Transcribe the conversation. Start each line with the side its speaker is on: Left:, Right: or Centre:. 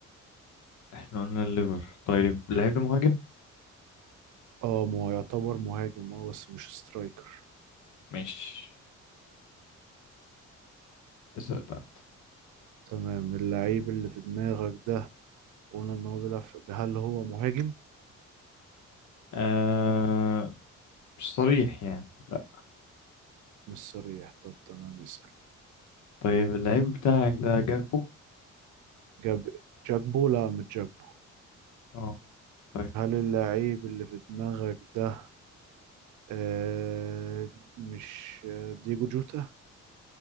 Left: احنا قلنا الليفر طيب اللعيب ده مهاجم
Right: اه ما هو يعتبر مهاجم اه بس مش سترايكر
Left: ماشي اسأل بقى
Right: تمام اللعيب اللي في دماغك ده قلنا ان هو بيلعب في- هل هو مهاجم
Left: آه مش صريح يعني لا
Right: مش صريح طب تمام اسأل
Left: طيب اللعيب بتاعك ده جاكبو
Right: جاب جاكبو لا مش جاكبو
Left: اه طيب
Right: هل اللعيب اللي في دماغك ده آه مش آه، ديجو جوتا